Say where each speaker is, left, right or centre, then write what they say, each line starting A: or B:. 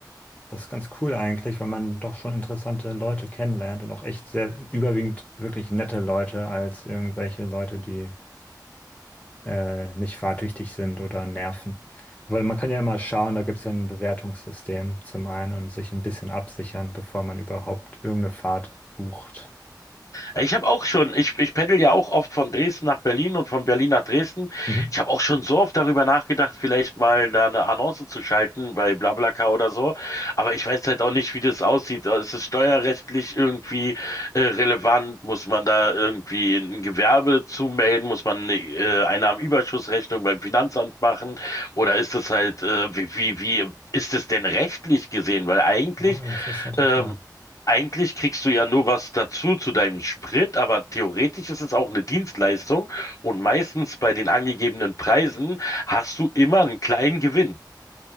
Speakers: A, on the left; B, on the left.
A: Das ist ganz cool eigentlich, weil man doch schon interessante Leute kennenlernt und auch echt sehr überwiegend wirklich nette Leute als irgendwelche Leute, die äh, nicht fahrtüchtig sind oder nerven. Weil man kann ja immer schauen, da gibt es ja ein Bewertungssystem zum einen und sich ein bisschen absichern, bevor man überhaupt irgendeine Fahrt bucht.
B: Äh, Ich habe auch schon, ich, ich pendel ja auch oft von Dresden nach Berlin und von Berlin nach Dresden.
A: Mhm.
B: Ich habe auch schon so oft darüber nachgedacht, vielleicht mal da eine Annonce zu schalten bei BlaBlaCar oder so. Aber ich weiß halt auch nicht, wie das aussieht. Äh, Ist es steuerrechtlich irgendwie äh, relevant? Muss man da irgendwie ein Gewerbe zumelden? Muss man eine äh, Einnahmenüberschussrechnung beim Finanzamt machen? Oder ist das halt, äh, wie, wie, wie ist es denn rechtlich gesehen? Weil eigentlich,
A: Ja, interessante
B: ähm,
A: Frage.
B: Eigentlich kriegst du ja nur was dazu zu deinem Sprit, aber theoretisch ist es auch eine Dienstleistung und meistens bei den angegebenen Preisen hast du immer einen kleinen Gewinn.